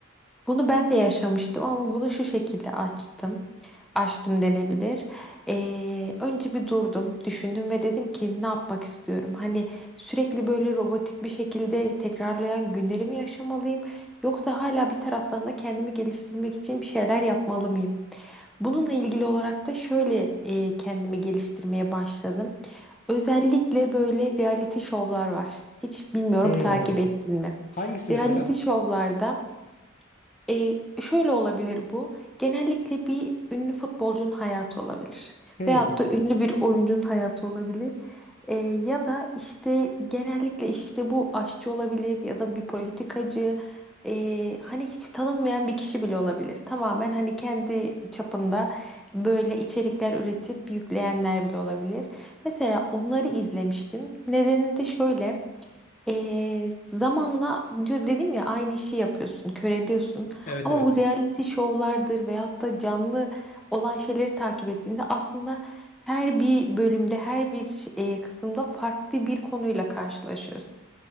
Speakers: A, in the centre; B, on the left.
A: Bunu ben de yaşamıştım ama bunu şu şekilde açtım açtım denebilir. Ee, önce bir durdum, düşündüm ve dedim ki ne yapmak istiyorum? Hani sürekli böyle robotik bir şekilde tekrarlayan günlerimi yaşamalıyım? Yoksa hala bir taraftan da kendimi geliştirmek için bir şeyler yapmalı mıyım? Bununla ilgili olarak da şöyle e, kendimi geliştirmeye başladım. Özellikle böyle reality şovlar var. Hiç bilmiyorum
B: Hmm.
A: takip ettin mi?
B: Hangisi
A: Reality
B: mesela?
A: şovlarda e, şöyle olabilir bu. Genellikle bir ünlü futbolcunun hayatı olabilir.
B: Hmm.
A: Veyahut da ünlü bir oyuncunun hayatı olabilir. E, ya da işte genellikle işte bu aşçı olabilir ya da bir politikacı. E, hani hiç tanınmayan bir kişi bile olabilir. Tamamen hani kendi çapında böyle içerikler üretip yükleyenler bile olabilir. Mesela onları izlemiştim. Nedeni de şöyle. Ee, zamanla diyor dedim ya aynı işi yapıyorsun, köreliyorsun.
B: Evet
A: Ama
B: evet.
A: bu reality şovlardır veyahut da canlı olan şeyleri takip ettiğinde aslında her bir bölümde, her bir e, kısımda farklı bir konuyla karşılaşıyorsun.